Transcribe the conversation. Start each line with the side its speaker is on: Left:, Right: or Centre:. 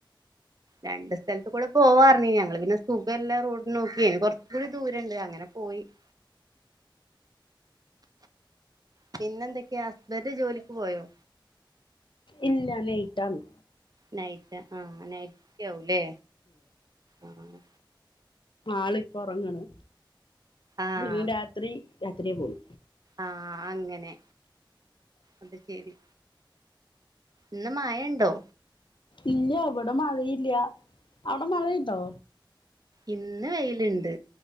Right: രണ്ട് സ്ഥലത്ത്ക്കൂടെ പോവാർന്ന് ഞങ്ങള് പിന്നെ സ്കൂൾക്ക് എല്ലാ റോഡും നോക്കിന് കൊറച്ച് കൂടി ദൂരണ്ട് അങ്ങനെ പോയി <inaudible> പിന്നെ എന്തൊക്കെയാ ഹസ്ബന്റ് ജോലിക്ക് പോയോ
Left: ഇല്ല നെയ്റ്റാന്ന്
Right: നൈറ്റ് ആഹ് നൈറ്റാവുംല്ലേ ആഹ്
Left: ആളിപ്പൊറങ്ങണ്
Right: ആഹ്
Left: പിന്നെ രാത്രി രാത്രിയാ പോണ്
Right: ആഹ് അങ്ങനെ അത് ശെരി ഇന്ന് മയയുണ്ടോ
Left: ഇല്ല ഇവിടെ മഴയില്ല അവിടെ മഴയ്ണ്ടോ?
Right: ഇന്ന് വെയില്ണ്ട്